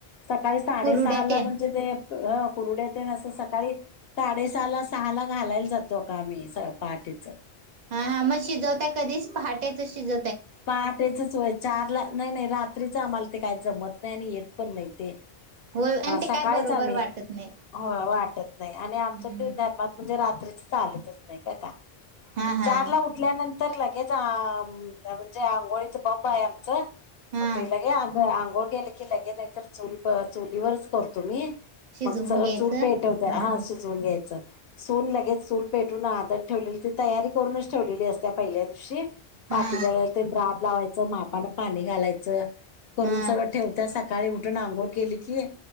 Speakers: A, on the left; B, on the right.
A: सकाळी साडे
B: कुरुड्या
A: सहा ला
B: तेन
A: म्हणजे ते ह कुरुड्या तेन आसं सकाळी साडेसहा ला सहा ला घालायला जातो का आम्ही पाट तेच हाय.
B: हा हा मग शिजवताय कधीच पहाटेच शिज.
A: पहाटेचचं व्हय चारला नाही नाही रात्री च आम्हाला ते काय जमत नाही आणि येत पण नाही ते
B: होय आणि ते
A: सकाळीच
B: काय बरोबर
A: आम्ही
B: वाटत नाही
A: होय वाटत नाही आणि आमच्यात
B: हम्म
A: ते धर्मात म्हणजे रात्री चालतच नाही का का
B: हा हा
A: चार ला उठल्यानंतर लगेच आ म. म्हणजे आंघोळीच बंब हाय आमचं
B: हा
A: ते लगे आंग आंघोळ. केलं की लगे नाही तर चूल प चुलीवरच करतो मी
B: शिजवून
A: मग सगळं
B: घ्यायचं
A: चूल पेटवत्या
B: हम्म
A: हा शिजवून घ्याय. च सून लगेच चुल पेटून आदन ठेवलेली ती तयारी करूनच ठेवलेली असत्या पहिल्या दिवशी
B: हा
A: तिला <unintelligible> लावायचं मापन पाणी घालायचं करून
B: हा
A: सगळं ठेवतासा. सकाळी उठून आंघोळ केली की,